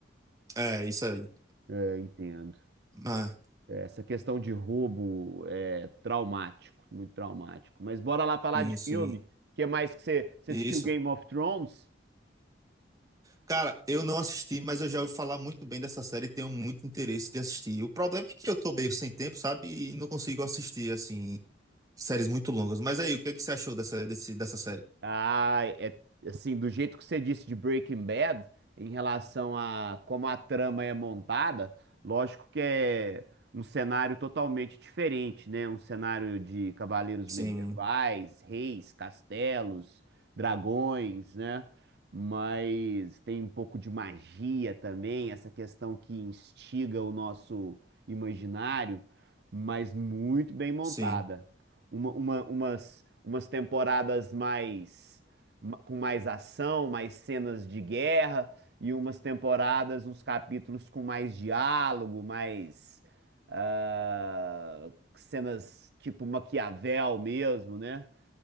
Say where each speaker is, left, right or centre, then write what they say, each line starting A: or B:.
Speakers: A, on the right; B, on the right.
A: É, isso aí.
B: É, entendo.
A: Ah,
B: É, Essa questão de roubo é traumático, muito traumático. Mas bora lá falar
A: sim,
B: de
A: sim.
B: filme. O que é mais que você, você
A: Isso.
B: assistiu Game of Thrones?
A: Cara, eu não assisti, mas eu já ouvi falar muito bem dessa série e tenho muito interesse de assistir. O problema é que eu tô meio sem tempo, sabe? E não consigo assistir, assim, séries muito longas. Mas aí, o que é que você achou dessa, desse, dessa série?
B: Ah, é assim, do jeito que você disse de Breaking Bad, em relação a como a trama é montada, lógico que é um cenário totalmente diferente, né? Um cenário de cavaleiros
A: Sim,
B: medievais, reis, castelos, dragões, né? Mas tem um pouco de magia também, essa questão que instiga o nosso imaginário, mas muito bem montada
A: sim,
B: uma- uma- umas, umas temporadas mais ma- com mais ação, mais cenas de guerra e umas temporadas, uns capítulos com mais diálogo, mais ah, cenas tipo Maquiavel mesmo, né?